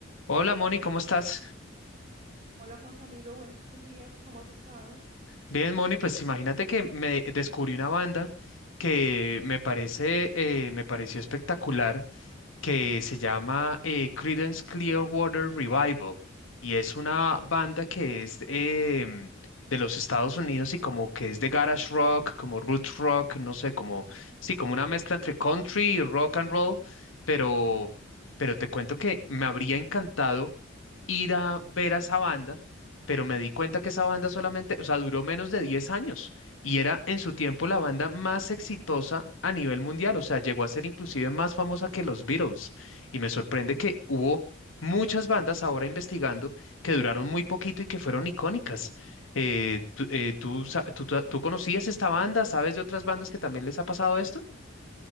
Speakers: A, on the left; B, on the right.
A: Hola Moni, ¿cómo estás?
B: Hola Juan Camilo, buenos días, ¿cómo has estado?
A: Bien, Moni, pues imagínate que me descubrí una banda que me parece, eh, me pareció espectacular que se llama eh, Creedence Clearwater Revival y es una banda que es em, de los Estados Unidos y como que es de garage rock, como roots rock, no sé, como sí, como una mezcla entre country y rock and roll, pero pero te cuento que me habría encantado ir a ver a esa banda, pero me di cuenta que esa banda solamente, o sea, duró menos de 10 años. Y era en su tiempo la banda más exitosa a nivel mundial, o sea, llegó a ser inclusive más famosa que los Beatles. Y me sorprende que hubo muchas bandas ahora investigando que duraron muy poquito y que fueron icónicas. Eh, tú, eh, tú sa- tú- tú- tú conocías esta banda? ¿Sabes de otras bandas que también les ha pasado esto?